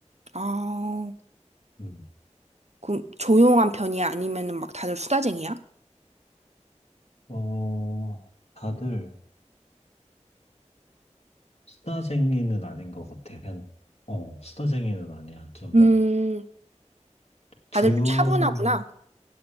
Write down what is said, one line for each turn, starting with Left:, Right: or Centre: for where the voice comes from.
Right: 아.
Left: 음.
Right: 그 조용한 편이야? 아니면은 막 다들 수다쟁이야?
Left: 어 다들 수다쟁이는 아닌 것 같아. 그냥, 어, 수다쟁이는 아니야. 좀,
Right: 음,
Left: 조용히,
Right: 다들 좀 차분하구나.